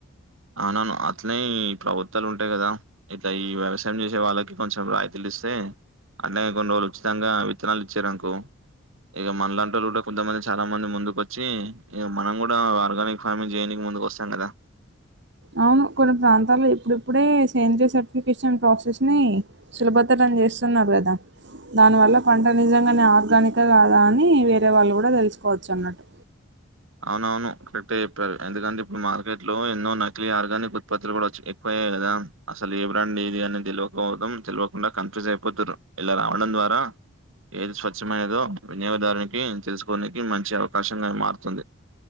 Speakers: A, on the right; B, on the right.
A: అవునవును అట్నే ఈ ప్రభుత్వాలు ఉంటాయి. కదా ఇయితే ఈ వ్యవసాయం చేసే వాళ్ళకి కొంచెం రాయితీలు ఇస్తే అలాేగే కొన్ని రోజు ఉచితంగా విత్తనాలు ఇచ్చారనుకో ఇగ మనలాంటోల్లు కూడా కొంతమంది చాలా మంది ముందుకొచ్చి ఇగ మనం కూడా ఆర్గానిక్ ఫార్మింగ్ చేయానికి ముందుకు వస్తాం కదా
B: అవును కొన్ని ప్రాంతాల్లో ఇప్పుడిప్పుడే సేంద్రియ సర్టిఫికేషన్ ప్రాసెస్ ని సులభతరం చేస్తున్నారు. కదా దానివల్ల పంట నిజంగానే ఆర్గానిక్ ఆ కాదా అని వేరే వాళ్ళు కూడా తెలుసుకోవచ్చు అన్నట్టు
A: అవునవును కరెక్ట్ చెప్పారు. ఎందుకంటే ఇప్పుడు మార్కెట్ లో ఎన్నో నకిలీ ఆర్గానిక్ ఉత్పత్తులు కూడా వచ్చినాయి పోయాయి కదా అసలు ఏ బ్రాండ్ ఇది అని తెలియకపోవడం తెలియకుండా కన్ఫ్యూజ్ అయిపోతుంరూ ఇలా రావడం ద్వారా ఏది స్వచ్ఛమైనదో వినియోగదారునికి తెలుసుకోనికి మంచి అవకాశంగా ఇది మారుతుంది.